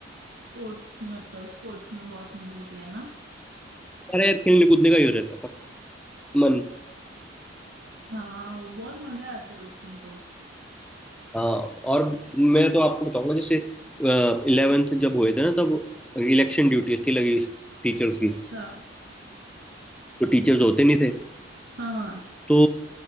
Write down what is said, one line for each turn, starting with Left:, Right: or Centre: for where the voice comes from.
Right: स्पोर्ट्स मतलब स्पोर्ट्स में बहुत मजे किए हैं ना
Centre: अरे यार खेलने कूदने का ही हो रहता था मन
Right: हाँ वो बहुत मजे आते हैं उसमें तो
Centre: हाँ और मैं तो आपको बताऊंगा जैसे इलेवेंथ जब हुए थे ना तब इलेक्शन ड्यूटीज थी लगी टीचर्स की
Right: अच्छा
Centre: तो टीचर्स होते नहीं थे
Right: हाँ
Centre: तो